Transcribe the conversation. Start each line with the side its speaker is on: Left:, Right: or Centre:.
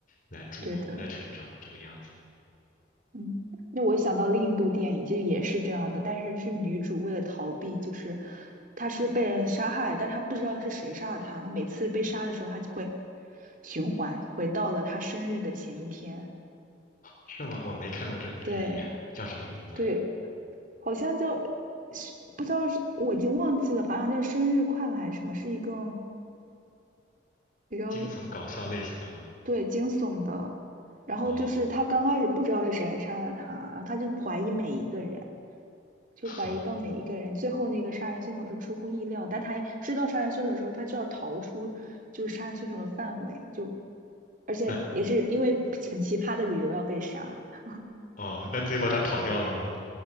Left: 来助我们的成长，
Right: 对的。
Left: 这个样子
Right: 嗯，那我想到另一部电影，就也是这样的，但是是女主为了逃避，就是她是被人杀害，但她不知道是谁杀了她。她每次被杀的时候，她就会循环回到了她生日的前一天。
Left: 是吗？我没看过这部电影啊，
Right: 对
Left: 叫什么名字？
Right: 对，好像叫是不知道是我已经忘记了，反正叫生日快乐还是什么，是一个比较
Left: 惊悚搞笑类型的吗？
Right: 对惊悚的。然后就是她刚开始不知道是谁杀了她，
Left: 哦，
Right: 然后她就怀疑每一个人。
Left: <laughs>
Right: 就怀疑到每一个人。
Left: 好，
Right: 最后那个杀人凶手是出乎意料，但他知道杀人凶手之后，他就要逃出就是杀人凶手的范围，就而且也是因为很奇葩的理由要被杀，
Left: 那
Right: <laughs>
Left: 哦，那最后他逃掉了吗？